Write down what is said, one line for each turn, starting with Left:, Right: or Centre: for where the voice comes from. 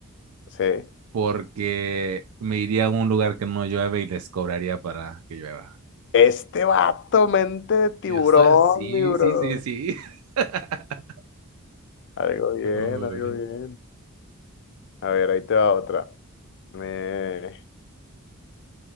Left: Sí.
Right: porque me iría a un lugar que no llueve y les cobraría para que llueva.
Left: Este vato, mente de tiburón,
Right: Yo estoy, sí,
Left: mi bro.
Right: sí, sí, sí. <laughs>
Left: Algo bien,
Right: Ay.
Left: algo bien. A ver, ahí te va otra. Eh,